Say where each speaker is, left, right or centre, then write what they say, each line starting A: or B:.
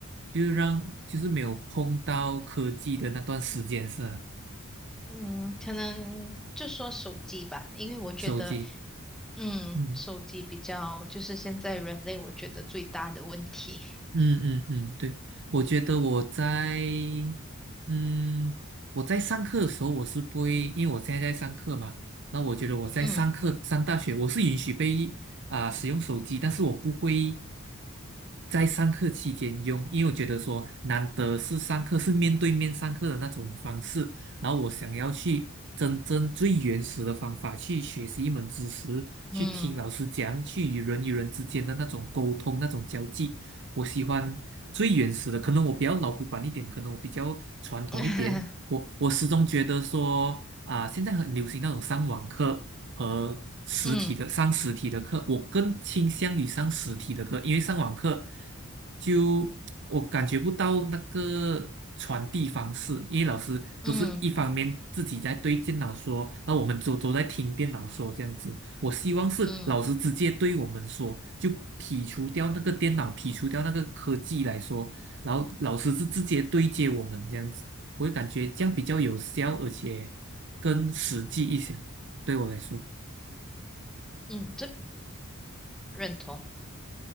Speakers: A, on the right; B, in the centre.
A: 就是让就是没有碰到科技的那段时间是吧？
B: 嗯，可能就说手机吧，因为我觉得，
A: 手机，
B: 嗯，
A: 嗯。
B: 手机比较就是现在人类我觉得最大的问题。
A: 嗯嗯嗯，对，我觉得我在，嗯，我在上课的时候，我是不会，因为我现在在上课嘛，那我觉得我在上课上大学，
B: 嗯
A: 我是允许被啊、使用手机，但是我不会在上课期间用，因为我觉得说难得是上课是面对面上课的那种方式，然后我想要去真正最原始的方法去学习一门知识，去听老师讲，
B: 嗯
A: 去与人与人之间的那种沟通，那种交际。我喜欢最原始的，可能我比较老古板一点，可能我比较传统一点。
B: <laughs>
A: 我我始终觉得说啊、现在很流行那种上网课，和实体的上实体的课，
B: 嗯
A: 我更倾向于上实体的课，因为上网课就我感觉不到那个传递方式，因为老师都是一方面自己在对电脑说，
B: 嗯
A: 那我们都都在听电脑说这样子。我希望是老师直接对我们说，
B: 嗯
A: 就剔除掉那个电脑，剔除掉那个科技来说，然后老师是直接对接我们这样子，我会感觉这样比较有效，而且更实际一些，对我来说。
B: 嗯，这个认同，